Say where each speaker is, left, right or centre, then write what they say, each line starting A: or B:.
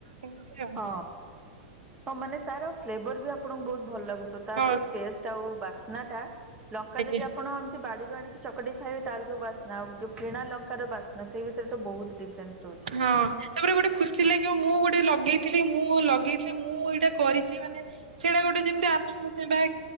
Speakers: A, on the right; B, on the right.
A: ଏମିତି ଆଉ
B: ହଁ ହଁ ମାନେ ତାର ଫ୍ଲେଭର ବି ଆପଣଙ୍କୁ ବହୁତ ଭଲ ଲାଗୁଥିବ ତାର
A: ହଁ
B: ଯୋଉ ଟେଷ୍ଟ ତା ବାସ୍ନା ଟା ଲଙ୍କା
A: ଆଜ୍ଞା
B: ଯଦି ଆପଣ ଏମିତି ବାଡ଼ିରୁ ଆଣିକି ଚକଟିକି ଖାଇବେ ତାର ଯେଉଁ ବାସ୍ନା ଆଉ ଯେଉଁ କିଣା ଲଙ୍କାର ବାସ୍ନା ସେହି ଭିତରେ ତ ବହୁତ ଡିଫ ଫ୍ରେନ୍ସ ରହୁଛି।
A: ହଁ ତାପରେ ଗୋଟେ ଖୁସି ଲାଗିବ ମୁଁ ଗୋଟେ ଲଗେଇଥିଲି ମୁଁ ଲଗେଇଥିଲି ମୁଁ ଏଇଟା କରିଛି ମାନେ। ସେଇଟା ଗୋଟେ ଯେମିତି ଆ ସେଇଟା